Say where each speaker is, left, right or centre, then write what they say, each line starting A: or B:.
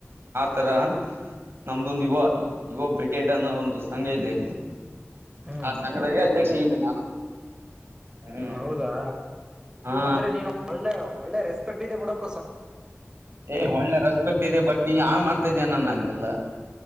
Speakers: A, on the right; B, on the right.
A: ತರ ನಮ್ದೊಂದು ಯುವ ಯುವ ಬ್ರಿಗೇಡ್ ಅನ್ನೋ ಒಂದು ಸಂಘ ಇದೆ
B: ಹ್ಮ್
A: ಆ ಸಂಘದಲ್ಲಿ ಅಧ್ಯಕ್ಷ ನಾನು <unintelligible>
B: ಹೌದಾ
A: ಹಾ
B: ಅಂದ್ರೆ ನೀನು ಒಳ್ಳೆ ಒಳ್ಳೆ ರೆಸ್ ಪಟ್ಟಿ ಬಡ <unintelligible>
A: ಏ ಒಳ್ಳೆ ರೆಸ್ಪೆಕ್ಟ್ ಇದೆ ಬಟ್ ನೀನ್ ಯನ್ ಮಾಡ್ ರ್ತದೆನನ್ನ ಅಲ್ಲಿ ಎಲ್ಲ